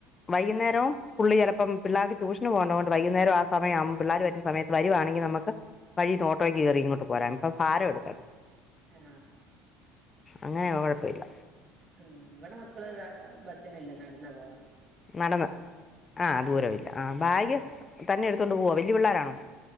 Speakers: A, on the left; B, on the right.
A: വൈകുന്നേരവും പുള്ളി ചിലപ്പം പിള്ളേർക്ക് ട്യൂഷന് പോകുന്നത് കൊണ്ട് വൈകുന്നേരം ആ സമയം ആവുമ്പോ പിള്ളേരുമായിട്ട് സമയത്ത് വരുവാണെങ്കിൽ നമുക്ക് വഴിയിന്ന് ഓട്ടോക്ക് കയറി ഇങ്ങോട്ട് പോരാം അപ്പോ ഭാരമെടുക്കണ്ട
B: ആ.....
A: അങ്ങനെയാ കുഴപ്പമില്ല
B: ഉ ഇവിടെ മക്കള് ബസിനല്ല നടന്നാ പോകറ്
A: നടന്ന് ആ ദൂരമില്ല ആ ബാഗ്
B: ആഹ്
A: തന്നെ എടുത്തൊണ്ട് പോവാ വലിയ പിള്ളേരാണോ